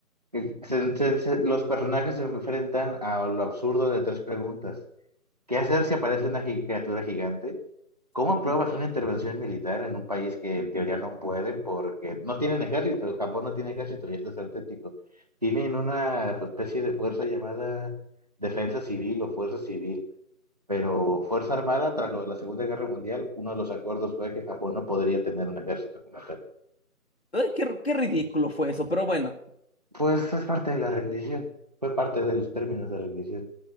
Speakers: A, on the right; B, on the left.
A: Que se- se- se- los personajes se enfrentan a lo absurdo de tres preguntas. ¿Qué hacer si aparece una gi- criatura gigante?
B: <laughs>
A: ¿Cómo
B: Ujú.
A: apruebas una intervención militar en un país que en teoría no puede porque no tienen ejército? Japón no tiene ejército y esto es auténtico. Tienen una especie de fuerza llamada defensa civil o fuerza civil, pero Fuerza Armada, tras lo de la Segunda Guerra Mundial, uno de los acuerdos fue que Japón no podría tener un ejército como tal.
B: Ay, qué, qué ridículo fue eso. Pero bueno,
A: Pues es parte de la rendición, fue parte de los términos de rendición.